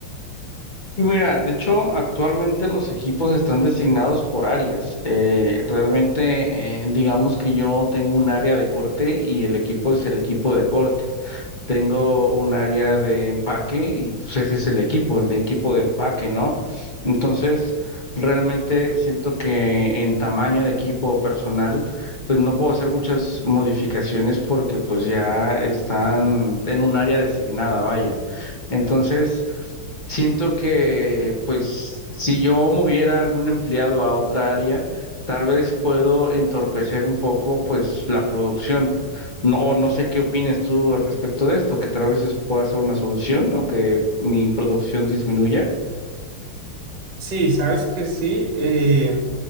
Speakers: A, on the left (about 40°); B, on the right (about 60°).
A: Y mira, de hecho, actualmente los equipos están designados por áreas. Eh, realmente, eh, digamos que yo tengo un área de corte y el equipo es el equipo de corte. tengo un área de empaque y pues ese es el equipo, el de equipo de empaque, ¿no? Entonces, realmente siento que en tamaño de equipo personal, pues no puedo hacer muchas modificaciones porque pues ya están en un área designada, vaya. Entonces, siento que, pues, si yo moviera algún empleado a otra área, tal vez puedo entorpecer un poco, pues, la producción. No, o no sé qué opinas tú al respecto de esto, que tal vez eso pueda ser una solución, aunque mi producción disminuya.
B: Sí, sabes que sí. eh,